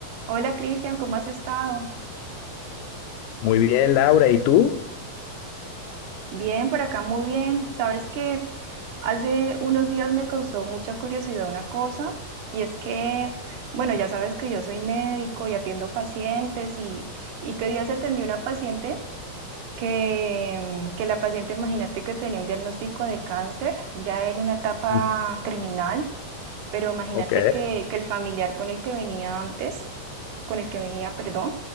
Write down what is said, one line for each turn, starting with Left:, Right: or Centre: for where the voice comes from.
Right: Hola Cristian, ¿cómo has estado?
Left: Muy bien, Laura, ¿y tú?
Right: Bien, por acá muy bien. Sabes que hace unos días me causó mucha curiosidad una cosa y es que, bueno, ya sabes que yo soy médico y atiendo pacientes y, y que días atendí una paciente que, mm, que la paciente, imagínate que tenía un diagnóstico de cáncer ya en una etapa
Left: Mm,
Right: terminal. pero imagínate
Left: Ok.
Right: que, que el familiar con el que venía antes, con el que venía, perdón,